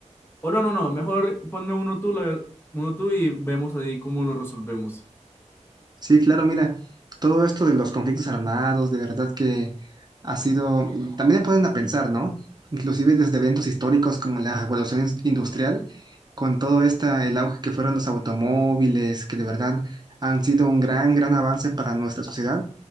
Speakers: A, on the left; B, on the right.
A: O no, no, no, mejor ponme uno tú, la ver- uno tú y vemos ahí cómo lo resolvemos.
B: Sí, claro, mira, todo esto de los conflictos armados, de verdad que ha sido, mm, también me ponen a pensar, ¿no? Inclusive desde eventos históricos como la Revolución Ins- Industrial, con todo esta, el auge que fueron los automóviles, que de verdad han sido un gran, gran avance para nuestra sociedad.